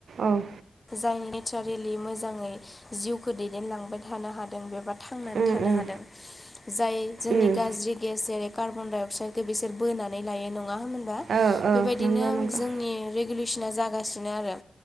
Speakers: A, on the right; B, on the left.
A: औ
B: जाय नेचारेलि मोजाङै जिउखौ दैदेनलांबाय थानो हादों बे बा थांनानै
A: उम
B: थानो
A: उम
B: हादों जाय जोंनि
A: उम
B: गाज्रि गेस जेरै कार्बन डाइ अक्साइडखौ बिसोर बोनानै लायो नङा होनबा
A: औ औ
B: बेबायदिनो
A: नंगौ नंगौ
B: जोंनि रेगुलेसना जागासिनो आरो